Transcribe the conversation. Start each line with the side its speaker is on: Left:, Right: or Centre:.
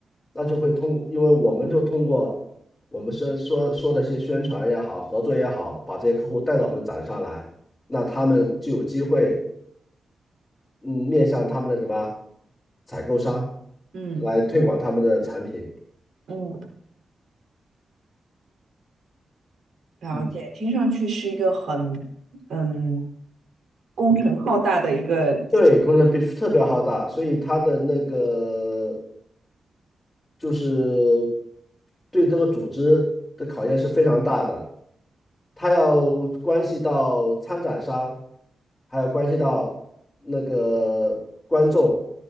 Left: 那就会通过，因为我们就通过我们说说说的些宣传也好，合作也好，把这些客户带到我们展上来，那他们就有机会，嗯，面向他们的什么采购商
Right: 嗯
Left: 来推广他们的产品。
Right: 嗯，了解。
Left: 嗯，
Right: 听上去是一个很嗯工程浩大的一个这这。
Left: 对，工程必须特别浩大，所以他的那个就是对这个组织的考验是非常大的，它要关系到参展商，还有关系到那个观众，